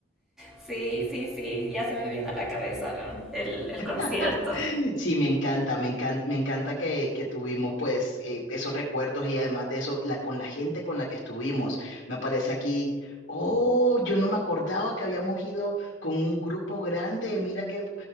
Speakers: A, in the centre; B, on the left.
A: Sí, sí, sí, ya se me viene a la cabeza lo- el, el concierto.
B: <laughs> Sí, me encanta, me encanta, me encanta que, que tuvimos pues eh, esos recuerdos y además de eso, la, con la gente con la que estuvimos. Me aparece aquí, oh, yo no me acordaba que habíamos ido con un grupo grande. Mira que